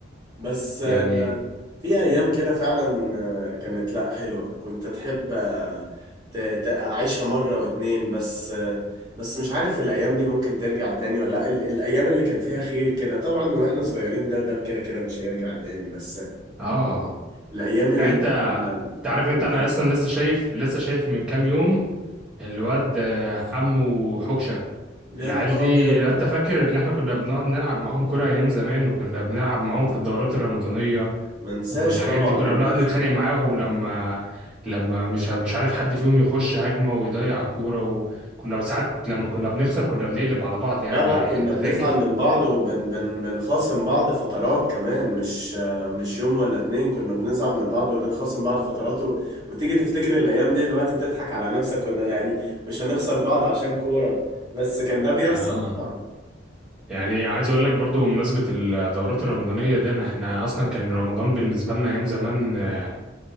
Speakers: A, on the right; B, in the centre.
A: بس آه،
B: يعني
A: في ايام كده فعلا آه، كانت لا حلوه كنت تحب آه، ت- ت- اعيشها مره واتنين بس آه، بس مش عارف الايام دي ممكن ترجع تاني ولا لا ال- الايام اللي كان فيها خير كده طبعا واحنا صغيرين ده ده كده كده مش هيرجع تاني بس
B: اه
A: الايام اللي
B: يعني انت
A: احنا كنا
B: تعرف
A: الدنيا
B: انت انا
A: كانت
B: اصلا لسه شايف لسه شايف من كام يوم الواد آه، حمو حكشة
A: يا
B: العيال
A: نهار
B: دي
A: ابيض
B: لو انت فاكر اللي احنا كنا بنقعد نلعب معاهم كرة ايام زمان وكنا بنلعب معاهم في الدورات الرمضانية
A: ما انساش
B: والحاجات
A: طبعا
B: دي كنا
A: يا
B: بنقعد
A: باشا
B: نتخانق معاهم لما لما مش مش عارف حد فيهم يخش هجمة ويضيع الكورة وكنا ساعات لما كنا بنخسر كنا بنقلب على بعض يعني
A: لا لا كنا
B: انت
A: بنزعل
B: فاكر
A: من بعض وبن بن بنخاصم بعض فترات كمان مش مش يوم ولا اتنين كنا بنزعل من بعض ونخاصم بعض فترات و... وتيجي تفتكر الأيام دي دلوقتي تضحك على نفسك كنا يعني مش هنخسر بعض عشان كورة بس كان ده بيحصل
B: اه
A: طبعا
B: يعني عايز اقول لك برضو بمناسبة الدورات الرمضانية دي انا احنا اصلا كان رمضان بالنسبة لنا ايام زمان آه،